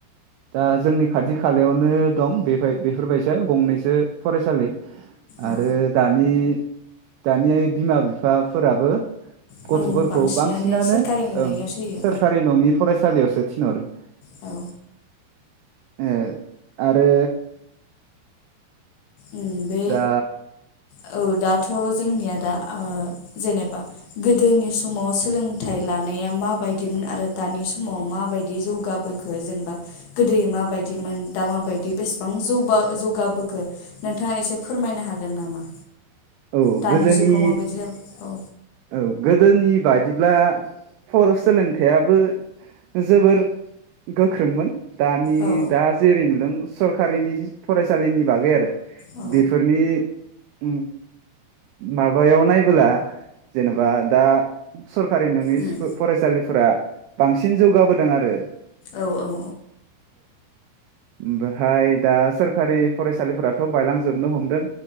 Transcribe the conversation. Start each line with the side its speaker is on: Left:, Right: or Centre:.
Right: दा जोंनि खाथि खालायावनो दं बे बाय बेफोरबायसा गंनैसो फरायसालि
Left: औ
Right: आरो दानि दानि बिमा बिफाफोराबो
Left: बां
Right: गथ'फोरखौ बांसिनानो
Left: सोरखारिनि
Right: ओं
Left: नङियावसो होयो।
Right: सोरखारि नंङि फ फरायसालियाव सो थिनहवरो
Left: औ
Right: ए आरो
Left: उम बे
Right: दा
Left: औ दाथ' जोंनिया दा ओ जेनेबा गोदोनि समाव सोलोंथाइ लानाया माबायदिमोन आरो दानि समाव माबायदि जौगाबोखो जोनबा गोदोयै माबायदिमोन दा माबायदि बेसेबां जौबा जौगाबोखो नोंथांङा एसे फोरमायनो हागोन नामा
Right: औ
Left: दानि
Right: गोदोनि
Left: जुगाव माबायदि जा औ
Right: औ गोदोनि बाय बिदिब्ला फर सोलोंथायाबो जोबोर गोख्रोंमोन दानि
Left: औ
Right: दा जेरै नुदों सरकारिनि फरायसालिनि बागै आरो
Left: औ
Right: बेफोरनि उम माबायाव नायबोला जेनेबा दा सरकारि नोङि
Left: उम
Right: स्कुल फरायसालिफो फोरा बांसिन जौगाबोदों आरो
Left: औ औ-औ
Right: बेहाय दा सोरखारि फरायसालिफोराथ' बायलांजोबनो हमदों